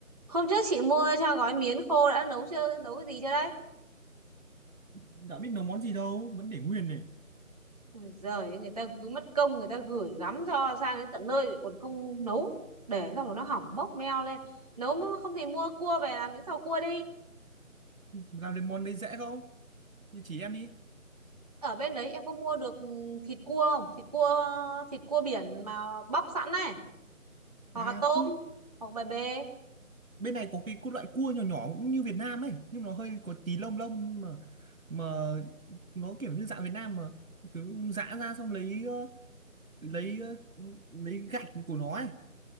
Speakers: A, on the right; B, on the right.
A: Hôm trước chị mua cho gói miến khô đã nấu chưa, nấu cái gì chưa đấy?
B: đã biết nấu món gì đâu vẫn để nguyên này
A: Ôi giời, ơi, người ta cứ mất công người ta gửi gắm cho sang đến tận nơi lại còn không nấu. Để xong rồi nó hỏng mốc meo lên. Nấu mà không thì mua cua về làm miến xào cua đi.
B: Ui, làm được món đấy dễ không thì chỉ em đi
A: Ở bên đấy em có mua được ừ, thịt cua không? Thịt cua thịt cua biển mà bóc sẵn này, hoặc
B: à
A: là tôm,
B: cu
A: hoặc bè bê.
B: bên này có cái cu- loại cua nhỏ nhỏ cũng như Việt Nam ấy nhưng mà nó hơi có tí lông lông nhưng mà mà nó kiểu như dạng Việt Nam mà cứ giã ra xong lấy ờ, lấy ờ, lấy gạch của nó ấy